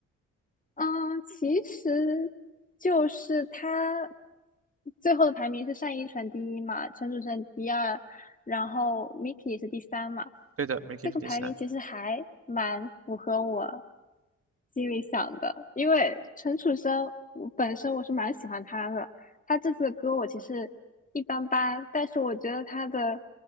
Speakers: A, on the left; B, on the right.
A: 嗯，其实就是他最后的排名是单依纯第一嘛，陈楚生第二，然后 Miki 是第三嘛。
B: 对的 m i
A: 这个排名其实还蛮符合我
B: 是第三。
A: 心里想的，因为陈楚生我本身我是蛮喜欢他的，他这次的歌我其实一般般，但是我觉得他的